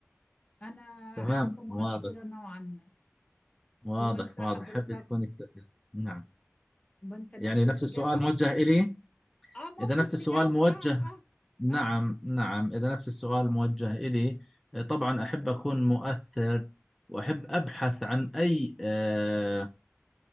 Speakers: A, on the left; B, in the centre.
A: أنا
B: تمام
A: أحب مؤثرة
B: واضح
A: نوعا ما
B: واضح
A: وأنت حضرتك
B: واضح حابة تكوني كتير. نعم
A: ما أنت نفس
B: يعني نفس
A: الإجابة
B: السؤال موجه إلي
A: أه ممكن
B: إذا نفس
A: تجاوب
B: السؤال موجه
A: أه أه
B: نعم
A: أه
B: نعم إذا نفس السؤال موجه إلي آه، طبعا أحب أكون مؤثر وأحب أبحث عن أي آه،